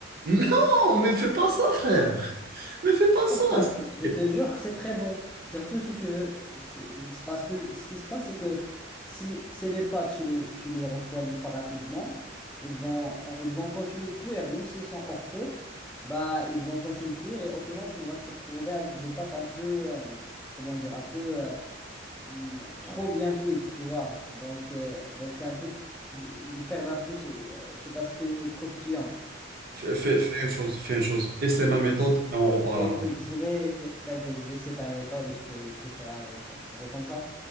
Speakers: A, on the right; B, in the centre.
A: Non, mais fais pas ça, frère. Mais fais pas ça.
B: Ça,
A: s'il te
B: Je
A: plaît.
B: te jure que c'est très bon. Surtout si tu veux. C'est c'est parce que ce qui se passe, c'est que si c'est les pâtes, tu les, tu les refroidis pas rapidement, ils vont, ils vont continuer de cuire. Même s'ils sont hors feu, bah, ils vont continuer de cuire. Et au final, tu vas te retrouver avec des pâtes un peu, euh, comment dire, un peu euh, mm, trop bien cuites, tu vois. Donc, euh, donc c'est un peu. Ils perdent un peu ce- cet aspect croustillant.
A: Fais, fais- fais une chose, fais une chose. Et c'est ma méthode et on reparle
B: Ok, Écoute,
A: après.
B: je vais, écoute, t'inquiète, je vais essayer ta méthode et je te, je te ferai un retour. On fait comme ça?